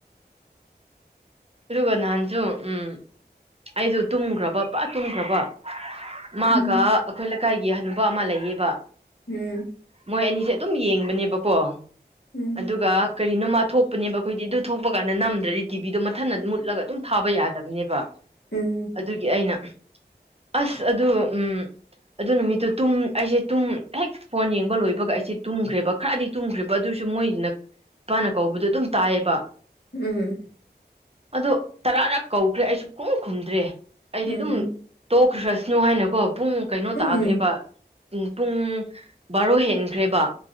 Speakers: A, on the right; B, on the left.
A: ꯑꯗꯨꯒ ꯅꯍꯥꯟꯁꯨ ꯎꯝ ꯑꯩꯁꯨ ꯇꯨꯝꯈ꯭ꯔꯕ ꯄꯨꯔꯥ ꯇꯨꯝꯈ꯭ꯔꯕ ꯃꯥꯒ
B: ꯎꯝ
A: ꯑꯩꯈꯣꯏ ꯂꯩꯀꯥꯏꯒꯤ ꯍꯅꯨꯕ ꯑꯃ ꯂꯩꯌꯦꯕ
B: ꯎꯝ
A: ꯃꯣꯏ ꯑꯅꯤꯁꯦ ꯑꯗꯨꯝ ꯌꯦꯡꯕꯅꯦꯕꯀꯣ
B: ꯎꯝ
A: ꯑꯗꯨꯒ ꯀꯔꯤꯅꯣ ꯃꯥ ꯊꯣꯛꯄꯅꯦꯕ ꯑꯩꯈꯣꯏꯗꯤ ꯑꯗꯨ ꯊꯣꯛꯄ ꯀꯥꯟꯗ ꯅꯝꯗ꯭ꯔꯗꯤ ꯇꯤꯚꯕꯤꯗꯣ ꯃꯠ ꯊꯟꯅ ꯃꯨꯠꯂꯒ ꯑꯗꯨꯝ ꯊꯥꯕ ꯌꯥꯗꯕꯅꯦꯕ
B: ꯎꯝ
A: ꯑꯗꯨꯒꯤ ꯑꯩꯅ ꯑꯁ ꯑꯗꯨ ꯎꯝ ꯑꯗꯨ ꯅꯨꯃꯤꯠꯇꯨ ꯇꯨꯝ ꯑꯩꯁꯦ ꯇꯨꯝ ꯍꯦꯛ ꯐꯣꯟ ꯌꯦꯡꯕ ꯂꯣꯏꯕꯒ ꯑꯩꯁꯦ ꯇꯨꯝꯈ꯭ꯔꯦꯕ ꯈꯔꯗꯤ ꯇꯨꯝꯈ꯭ꯔꯦꯕ ꯑꯗꯨꯁꯨ ꯃꯣꯏꯅ ꯏꯄꯥꯅ ꯀꯧꯕꯗꯨ ꯑꯗꯨꯝ ꯇꯥꯏꯑꯦꯕ
B: ꯎꯝ
A: ꯑꯗꯣ ꯇꯔꯥꯔꯥꯛ ꯀꯧꯈ꯭ꯔꯦ ꯑꯩ ꯁꯨꯈꯨꯝ ꯈꯨꯝꯗ꯭ꯔꯦ ꯑꯩꯗꯤ
B: ꯎꯝ
A: ꯗꯨꯝ
B: ꯎꯝ
A: ꯇꯣꯛꯈ꯭ꯔꯁꯅꯨ ꯍꯥꯏꯅꯀꯣ ꯄꯨꯡ ꯀꯩꯅꯣ ꯇꯥꯈ꯭ꯔꯦꯕ
B: ꯎꯝ
A: ꯄꯨ ꯄꯨꯡ ꯕꯥꯔꯣ ꯍꯦꯟꯈ꯭ꯔꯦꯕ